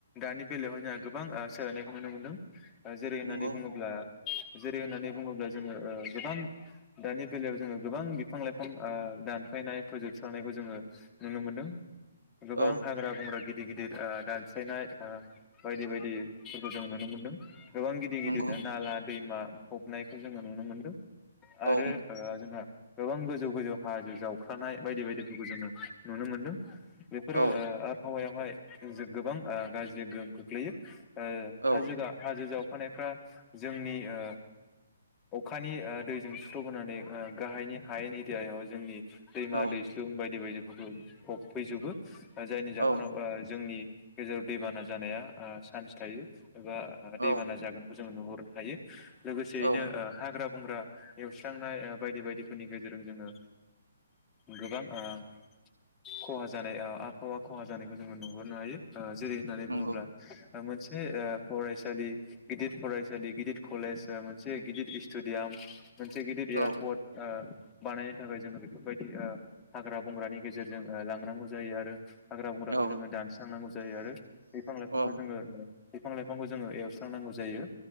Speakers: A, on the left; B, on the right.
A: दानि बेलायावहाय जोंहा गोबां ओ सोलायनायखौ नुनो मोनदों। जेरै होननानै
B: नंगौ
A: बुङोब्ला जेरै होननानै बुङोब्ला जोङो ओ गोबां दानि बेलायाव जोङो गोबां बिफां लाइफां ओ दानफायनाय प्रजेक थिखांनायखौ जोङो नुनो मोनदो। गोबां
B: औ
A: हाग्रा बंग्रा गि दिर गिदिर ओ दानस्लायनाय ओ बायदि बायदि फोर जों नुनो मोन्दों। गोबां गिदिर
B: नंगौ
A: गिदिर नाला, दैमा, फबनायखौ जोङो नुनो मोनदों आरो
B: औ
A: ओ जोंहा गोबां गोजौ-गोजौ हाजो जावखानाय बायदि-बायदिफोरखौ जोङो नुनो मोन्दों। बेफोरो
B: औ
A: ओ आबहावायाव हाय जों गोबां गाज्रि गोहोम खोख्लैयो। ओ
B: औ
A: हाजो गा हाजो जाव खानायफ्रा जोंनि ओ अखानि ओ दैजों सुस्रबोनानै ओ गाहायनि हायेन एरियायाव जोंनि दैमा
B: औ
A: दैस्लुं बायदि बायदि फोरखौ फबफैजोबो। जायनि
B: औ
A: जाहोनाव ओ जोंनि गेजेराव दैबाना जानाया चान्स थायो। एबा दैबाना
B: औ
A: जागोनखौ जों नुहुरनो हायो। लोगोसेयैनो
B: औ
A: हाग्रा बंग्रा एवस्रांनाय बायदि बायदिफोरनि गेजेरजों जोङो गोबां ओ खहा जानाय आबहावा खहा जानायखौ जोङो नुहुरनो हायो ओ जेरै होननानै
B: नंगौ
A: बुङोब्ला मोनसे ओ फरायसालि गिदिर फरायसालि गिदिर कलेज मोनसे गिदिर स्टेडियाम मोनसे गिदिर
B: औ
A: एयारपर्ट ओ बानायनो थाखाय जोङो बेफोरबायदि ओ हाग्रा बंग्रानि गेजेरजों ओ लांनांगौ जायो आरो हाग्रा बंग्राखौ
B: औ
A: जोङो दानस्रांनांगौ जायो आरो बिफां लाइफांखौ
B: औ
A: जोङो बिफां लाइफांखौ जोङो एवस्रांनांगौ जायो।